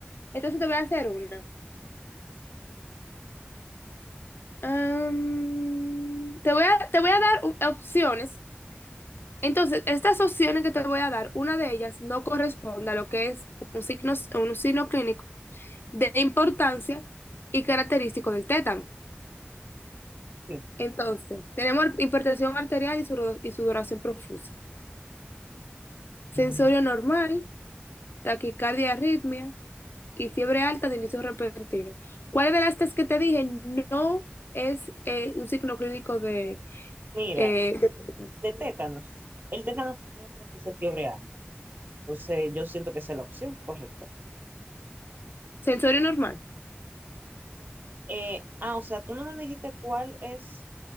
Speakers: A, on the left; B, on the right.
A: Entonces te voy a hacer una. Am, te voy a, te voy a dar u- opciones. Entonces, estas opciones que te voy a dar, una de ellas no corresponde a lo que es un signo, un signo clínico de importancia y característico del tétano.
B: Sí.
A: Entonces, tenemos hipertensión arterial y, sudo- y sudoración profusa, sensorio normal, taquicardia, arritmia y fiebre alta de inicio repentino. ¿Cuál de las tres que te dije no es eh, un signo clínico de,
B: Mira,
A: eh, de-
B: de tétanos. El tétanos no produce fiebre alta. Entonces, yo siento que esa es la opción correcta.
A: sensorio normal?
B: Eh, ah, o sea, tú no me dijiste cuál es